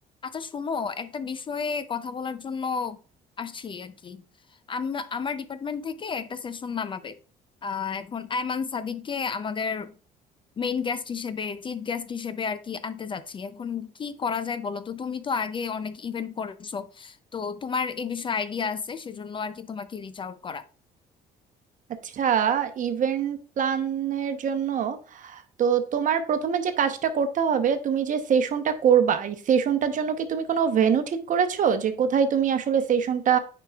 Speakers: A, on the left; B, on the right.
A: আচ্ছা শোনো একটা বিষয়ে কথা বলার জন্য আসছি আর কি আম- আমার ডিপার্টমেন্ট থেকে একটা সেশন নামাবে আহ, এখন আয়মান সাদিককে আমাদের মেইন গেস্ট হিসেবে চিফ গেস্ট হিসেবে আর কি আনতে যাচ্ছি এখন কি করা যায় বলো তো তুমি তো আগে অনেক ইভেন্ট করেছো তো তোমার এই বিষয়ে আইডিয়া আছে সেজন্য আর কি তোমাকে রিচ আউট করা
B: আচ্ছা ইভেন্ট প্ল্যানের জন্য তো তোমার প্রথমে যে কাজটা করতে হবে তুমি যে সেশনটা করবা এই সেশনটার জন্য কি তুমি কোনো ভেন্যু ঠিক করেছো যে কোথায় তুমি আসলে সেশনটা